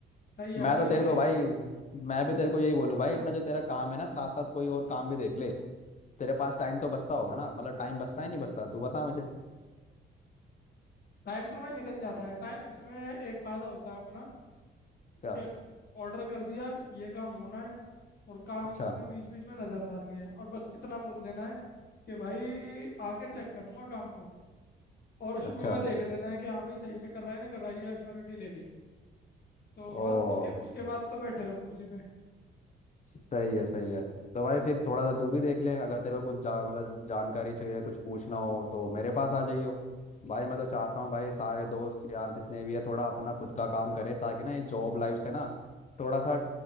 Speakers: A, on the left; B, on the left.
A: सही है
B: मैं
A: भाई
B: तो तेरे
A: ये-
B: को भाई मैं
A: हम्म
B: भी तेरे को यही बोलूँ भाई अपना जो तेरा काम है ना साथ साथ कोई और काम भी देख ले तेरे पास टाइम तो बचता होगा ना मतलब टाइम बचता ही नहीं बचता तू बता मुझे
A: टाइम तो भाई निकल जाता है टाइम इसमें एक फ़ायदा होता है अपना
B: क्या
A: कि ऑर्डर कर दिया ये काम होना है और काम
B: अच्छा
A: में बीच बीच में नज़र मारनी है और बस इतना बोल देना है कि भाई आके चेक करूंगा काम को और शुरू
B: अच्छा
A: में देख लेना है कि हाँ भाई सही से कर रहा है नहीं कर रहा है ये अश्योरिटी ले ली तो
B: ओ
A: बस उसके उसके बाद तो बैठे रहो कुर्सी पे
B: सही है सही है तो भाई फिर थोड़ा सा तू भी देख ले अगर तेरे को कुछ जा, मतलब जानकारी चाहिए कुछ पूछना हो तो मेरे पास आ जाइयो भाई मैं तो चाहता हूँ भाई सारे दोस्त यार जितने भी है थोड़ा अपना खुद का काम करे ताकि ना ये जॉब लाइफ से ना थोड़ा सा